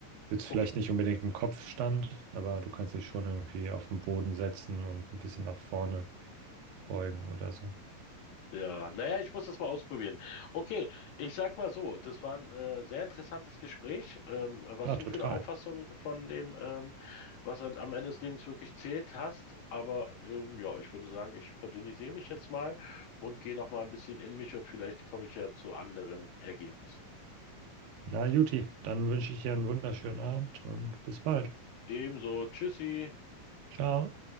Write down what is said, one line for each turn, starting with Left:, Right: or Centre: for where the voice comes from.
Right: jetzt vielleicht
Left: Okay.
Right: nicht unbedingt einen Kopfstand, aber du kannst dich schon irgendwie auf den Boden setzen und ein bisschen nach vorne beugen oder so.
Left: Ja, naja, ich muss das mal ausprobieren. Okay, ich sag mal so, das war ein äh, sehr interessantes Gespräch, ähm, was
Right: Ja,
Left: du
Right: total.
Left: für eine Auffassung von dem, ähm, was halt am Ende des Lebens wirklich zählt hast. Aber ähm, ja, ich würde sagen, ich verdünnisiere mich jetzt mal und gehe noch mal ein bisschen in mich und vielleicht komme ich ja zu anderen Ergebnissen.
Right: Na, Juti, dann wünsche ich dir einen wunderschönen Abend und bis bald.
Left: Ebenso, tschüssi.
Right: Ciao.